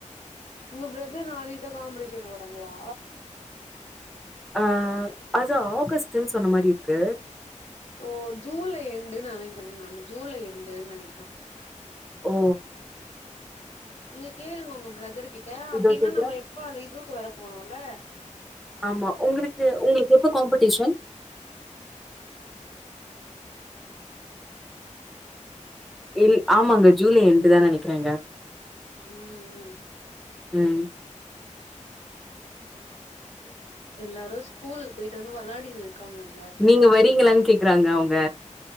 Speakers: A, on the left; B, in the centre.
A: உங்க பிரதர் நாளைக்குதா காம்பிடிஷன் போறாங்களா
B: ஆ அது ஆகஸ்ட்டுன் சொன்ன மாரி இருக்கு
A: ஓ ஜூலை எண்டுன் நெனைக்குறே நானு ஜூலை எண்டுன்னு நெனைக்குறே
B: ஓ
A: நீங்க கேளுங்க உங்க பிரதர்கிட்ட அப்டின்னா
B: இதோ கேக்குற
A: நம்ப எப்ப அந்த இதுவுக்கு வேற போனுல
B: ஆமா உங்குளுக்கு உங்குளுக்கு எப்ப காம்ப் டிஷன் இல் ஆமாங்க ஜூலை எண்டு தா நெனைக்கிறேங்க
A: ம் ம்
B: ம்
A: எல்லாரு ஸ்கூலுக்கு போய்ட்டு வந்து வெளாடினுருக்காங்கங்க
B: நீங்க வரீங்ளானு கேக்குறாங்க அவுங்க